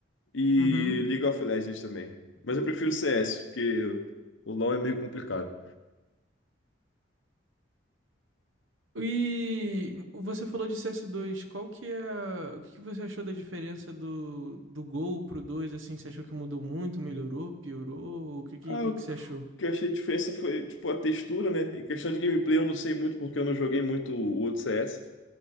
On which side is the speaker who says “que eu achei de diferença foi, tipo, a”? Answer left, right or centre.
Left